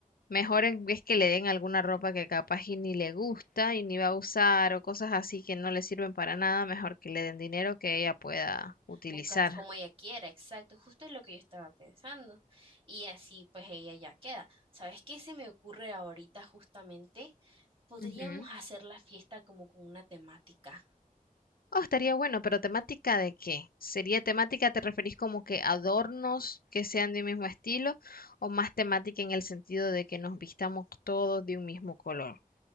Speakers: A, on the left; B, on the right.
A: mejor en vez que le den alguna ropa que capaz y ni le gusta y ni va a usar o cosas así que no le sirven para nada, mejor que le den dinero que ella pueda utilizar.
B: Buscas como ella quiera, exacto, justo es lo que yo estaba pensando. Y así pues ella ya queda. ¿Sabes qué se me ocurre ahorita justamente? Podríamos
A: Ujú.
B: hacer la fiesta como con una temática.
A: Oh, estaría bueno, pero ¿temática de qué? ¿Sería temática, te referís como que adornos que sean de un mismo estilo o más temática en el sentido de que nos vistamos todos de un mismo color?